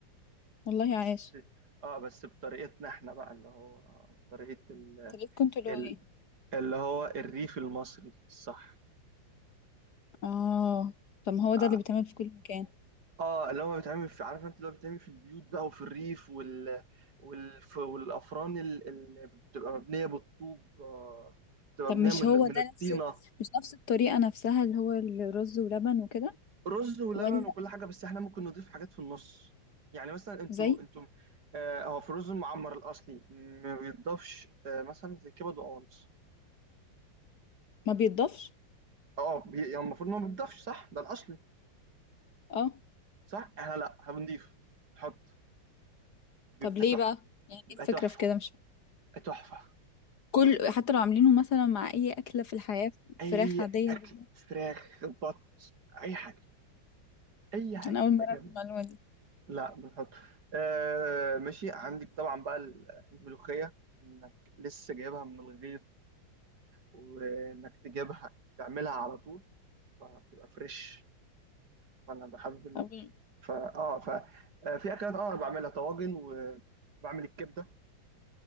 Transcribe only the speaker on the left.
والله عايش
طريقتكم كنتوا اللي
هو ايه
اه طب ما هو ده
اللي بيتعمل في كل مكان
طب
مش
هو
ده
نفس مش نفس الطريقه نفسها اللي هو الرز ولبن وكده
ولا
زي
ما بيتضافش
اه
طب ليه
بقى يعني
ايه الفكرة
في كده مش فاهمة.
كل حتى لو عاملينه مثلا مع اي اكلة في الحياة
فراخ عادية
جدا
انا اول
مرة
في المعلومة دي
أول...